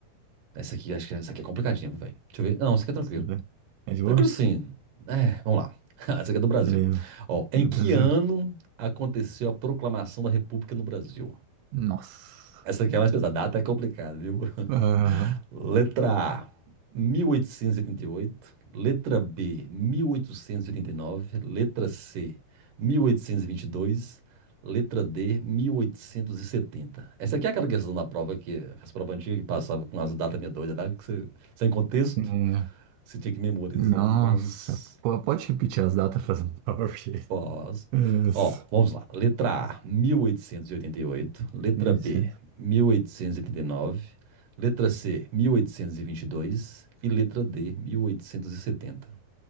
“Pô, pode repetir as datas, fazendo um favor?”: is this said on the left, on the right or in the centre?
Right